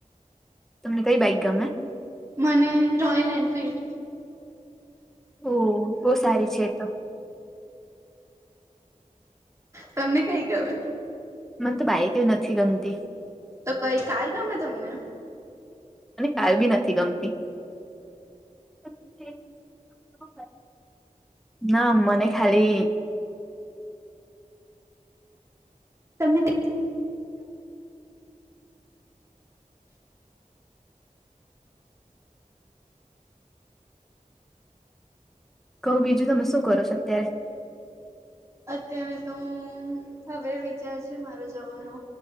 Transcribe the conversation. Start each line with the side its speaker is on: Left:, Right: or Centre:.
Centre: તમને કઈ બાઈક ગમે
Right: મને રોયલ એનફિલ્ડ
Centre: ઓ બહ સારી છે તો
Right: તમને કઈ ગમે
Centre: મને તો બાઈક એવી નથી ગમતી
Right: તો કઈ કાર ગમે તમને
Centre: અને કઈ બી નથી ગમતી તેવીસ અક્ટબર ના મને ખલી
Right: તમને <unintelligible>
Centre: કહું બીજું તમે શું કરો છો અત્યારે
Right: અત્યારે તો હવે વિચાર છે મારો જવાનો